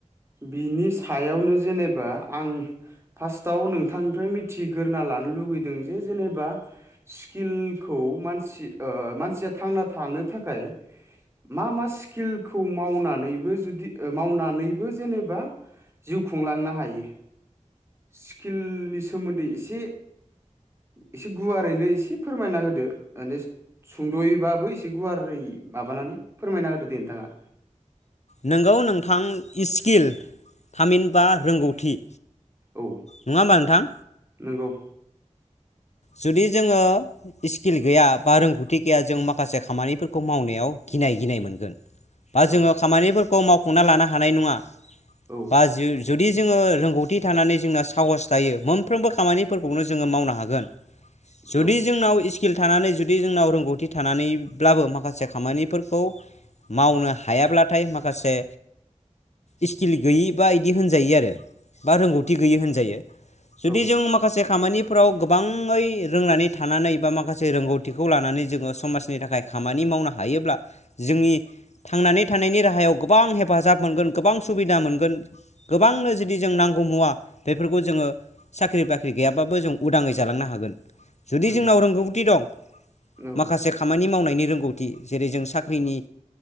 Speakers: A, on the right; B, on the left.
A: बिनि सायावनो जेनेबा आं फार्स्टआव नोंथांनिफ्राय मिथिग्रोना लानो लुुबैदों जे जेनेबा स्किलखौ मानसि ओ मानसिया थांना थानो थाखाय मा मा स्किलखौ मावनानैबो जुदि ओ मावनानै बो जेनेबा जिउ खुंलांनो हायो? स्किलनि सोमोन्दै एसे एसे गुवारैनो एसे फोरमायना होदो माने सुंद'यबाबो एसे गुवारै माबानानै फोरमायना होदो दे नोंथांङा।
B: नोंगौ नोंथां इस्किल थामिनबा रोंगौथि
A: औ
B: नङा होमबा नोंथां
A: नंगौ
B: जुदि जोंङो इस्किल गैया बा रोंगौथि गैया जों माखासे खामानिफोरखौ मावनायाव गिनाय गिनाय मोनगोन बा
A: औ
B: जोङो खामानिफोरखौ मावफुंना लानो हानाय नङा।
A: औ
B: बा जु-जुदि जोङो रोंगौथि थानानै जोंना साहस थायो मोनफ्रोमबो खामानिफोरखौनो जोङो मावनो हागोन। जुदि
A: औ
B: जोंनाव इस स्किल थानानै जुदि जोंनाव रोंगौथि थानानैब्लाबो माखासे खामानिफोरखौ मावनो हायाब्लाथाय माखासे इस्किल गैयि बा इदि होनजायो आरो बा रोंगौथि गैयि होनजायो। जुदि
A: औ
B: जों माखासे खामानिफोराव गोबां ङै रोंनानै थानानै बा माखासे रोंगौथिखौ लानानै जोङो समाजनि थाखाय खामानि मावनो हायोब्ला जोंनि थांनानै थानायनि राहायाव गोबां हेफाजाब मोनगोन गोबां सुबिदा मोनगोन। गोबांनो जुदि जों नांगौ मुवा बेफोरखौ जोङो साख्रि बाख्रि गैयाबाबो जों उदाङै जालांनो हागोन जुदि
A: उम
B: जोंनाव रोंगौथि दं‌
A: औ
B: माखासे खामानि मावनायनि रोंगौथि जेरै जों साख्रिनि